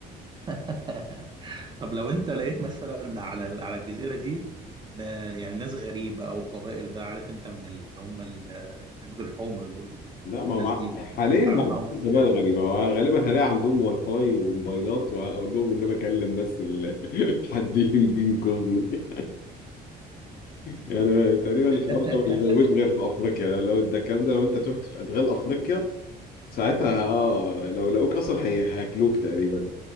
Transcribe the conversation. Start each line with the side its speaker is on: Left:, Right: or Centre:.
Right: <laughs> طب لو انت لقيت مثلا على على الجزيره دي ن- يعني ناس غريبه او قبائل بقى عارف انت من اللي هم ال- الهنود الحمر دول
Left: لا ما
Right: والناس
Left: هو مع...
Right: دي
Left: حاليا
Right: هتتعامل
Left: ما عادش
Right: معاهم
Left: في
Right: ازاي
Left: موبايل غريبة هو غالبا هلاقي عندهم واي فاي وموبايلات وهقول لهم إن أنا بكلم بس ال... <laughs> حد يجي ينقذني يعني تقريبا الحوار
Right: <laughs>
Left: ده مش موجود غير في افريقيا لو لو ده الكلام ده لو انت تهت في ادغال افريقيا ساعتها اه لو لقوك اصلا هي... هياكلوك تقريبا